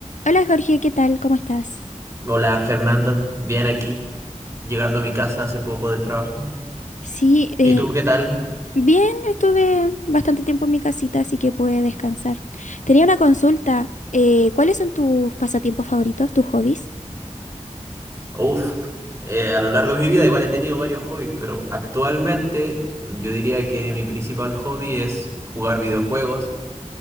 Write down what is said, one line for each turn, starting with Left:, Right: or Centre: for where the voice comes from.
Left: Hola Jorge, ¿qué tal? ¿Cómo estás?
Right: Hola Fernanda, bien aquí, llegando a mi casa hace poco del trabajo.
Left: Sí, eh,
Right: ¿Y tú qué tal?
Left: bien, estuve bastante tiempo en mi casita, así que pude descansar. Tenía una consulta. eh, ¿cuáles son tus pasatiempos favoritos, tus hobbies?
Right: Uf, eh, a lo largo de mi vida igual he tenido varios hobbies, pero actualmente yo diría que mi principal hobby es jugar videojuegos.